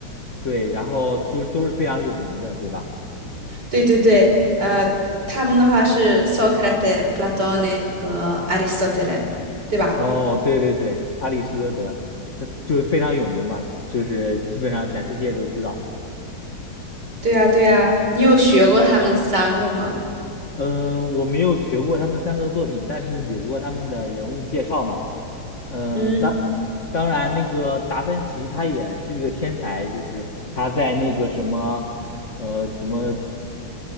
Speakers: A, on the left; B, on the right.
A: 对，然后就都是非常有名的，对吧？
B: 对对对，呃，他们的话是 Socrates、p l a t 和 Aristotle，对吧？
A: 哦，对对对，阿里士多德，他就非常有名嘛，就是基本上全世界都知道。
B: 对呀，对呀，你有学过他们三个吗？
A: 呃，我没有学过他们三个作品，但是有过他们的人物介绍嘛。呃
B: 嗯，
A: 当然，那个达芬奇他也是一个天才，就是他在那个什么，呃，什么